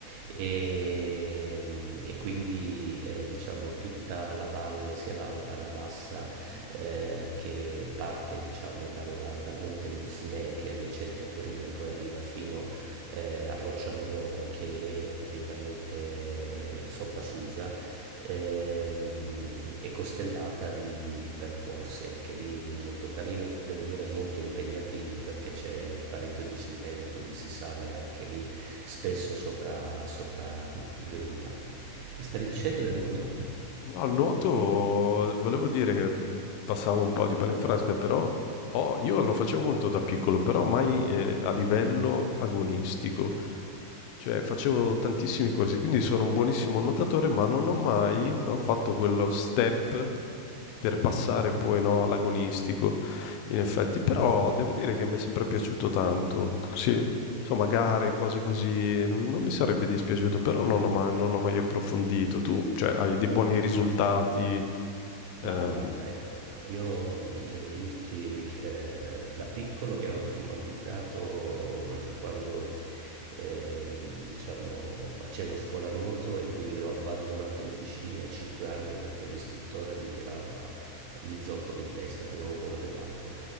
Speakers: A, on the right; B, on the left.
A: e, mm, e quindi eh, diciamo tutta la valle, sia l'alta, la bassa, eh, che parte diciamo dalla- dal Monte Musinè che è adiacente a Torino e poi arriva fino eh, a Rocciamelone che è praticamente sopra Susa ehm, è costellata di, di percorsi anche lì molto carini, devo dire molto impegnativi perché c'è parecchio dislivello, quindi si sale anche lì spesso sopra, sopra i 2000. Mi stavi dicendo del nuoto?
B: No, al nuoto volevo dire che passavo un po' di palinfrasca, però ho- io lo facevo molto da piccolo, però mai eh, a livello agonistico. Cioè facevo tantissimi corsi, quindi sono un buonissimo nuotatore, ma non ho mai, no, fatto quello step per passare poi, no, all'agonistico, in effetti. Però devo dire che mi è sempre piaciuto tanto. Sì, insomma, gare, cose così, non, non mi sarebbe dispiaciuto, però non ho mai, non ho mai approfondito. Tu, cioè, hai dei buoni risultati, ehm,
A: Ma guarda, eh, io mh, devo dirti, eh, da piccolo mi hanno traumatizzato quando, ehm, diciamo, facevo scuola nuoto e quindi ho abbandonato le piscine a 5 anni perché l'istruttore mi tirava gli zoccoli in testa perché avevo paura dell'acqua.